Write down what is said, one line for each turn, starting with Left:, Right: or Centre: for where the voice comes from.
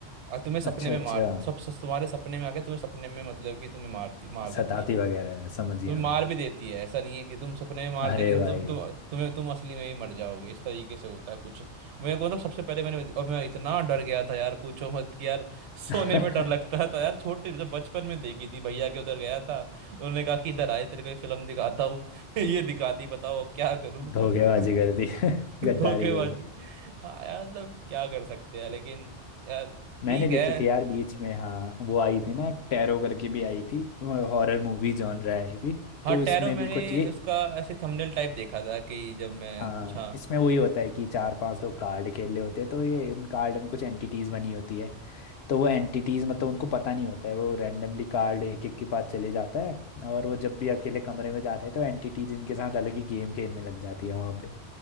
Right: और तुम्हें सपने
Left: अच्छा
Right: में
Left: अच्छा
Right: मार सब सब तुम्हारे सपने में आके तुम्हें सपने में मतलब कि तुम्हें मारती मार
Left: सताती
Right: देती है
Left: वगैरह है समझ गया
Right: तुम्हें मार
Left: मैं
Right: भी देती है ऐसा नहीं है कि तुम सपने में मार
Left: अरे
Right: देगी
Left: भाई
Right: तो तुम तुम तुम्हें तुम असली में भी मर जाओगे इस तरीके से होता है कुछ मेरे को मतलब सबसे पहले मैंने और मैं इतना डर गया था यार पूछो मत कि यार
Left: <laughs>
Right: सोने में डर लगता था यार छोटे जब बचपन में देखी थी भैया के उधर गया था उन्होंने कहा कि इधर आए तेरे को एक फिल्म दिखाता ये दिखा दी बताओ अब क्या करूं
Left: धोखेबाजी
Right: <laughs>
Left: कर दी <laughs> गद्दारी
Right: धोखेबाजी
Left: कर दी
Right: हाँ यार मतलब क्या कर सकते हैं लेकिन यार
Left: मैंने
Right: ठीक
Left: देखी
Right: है
Left: थी यार बीच में हाँ वो आई थी ना एक टैरो करके भी आई थी हॉरर मूवी जॉनर है ये भी
Right: हाँ
Left: तो
Right: टैरो
Left: इसमें
Right: मैंने
Left: भी कुछ ये
Right: उसका ऐसे थंबनेल टाइप देखा था कि जब मैं
Left: हाँ
Right: कुछ हाँ
Left: इसमें वही होता है कि चार पांच लोग कार्ड खेल रहे होते हैं तो ये इन कार्ड में कुछ एंटिटीज बनी होती है तो वो एंटिटीज मतलब उनको पता नहीं होता है वो रैंडमली कार्ड एक एक के पास चले जाता है और वो जब भी अकेले कमरे में जाते हैं तो एंटिटीज इनके साथ अलग ही गेम खेलने लग जाती है वहां पे